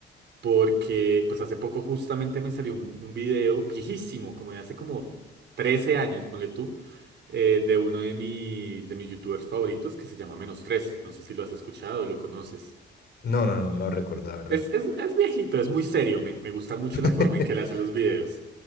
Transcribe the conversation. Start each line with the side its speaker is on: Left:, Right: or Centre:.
Right: porque pues hace poco justamente me salió un, un video viejísimo, como de hace como 13 años, ponle tú, eh, de uno de mis, de mis youtubers favoritos que se llama Menos trece No sé si lo has escuchado o lo conoces.
Left: No, no, no, no recuerdo, la verdad.
Right: Es, es, es viejito, es muy serio, me, me gusta mucho
Left: <laughs>
Right: la forma en que él hace los videos.